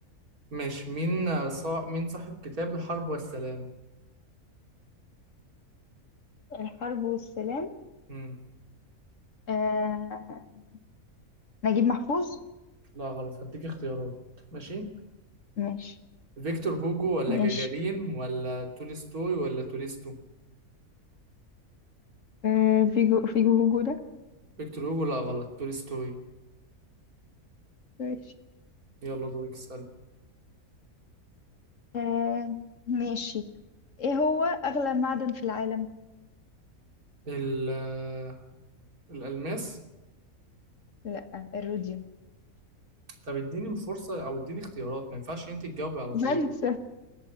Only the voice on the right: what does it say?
ماشي مين آه، صا... مين صاحب كتاب الحرب والسلام
مم.
لا غلط هديك اختيارات ماشي
فيكتور هوجو ولا
جاجارين ولا تولستوي ولا تولستو
فيكتور هوجو لا غلط تولستوي
يلا دورك اسأل
ال... آه، الألماس
طب اديني فرصة او اديني اختيارات ما ينفعش انت تجاوبي على
طول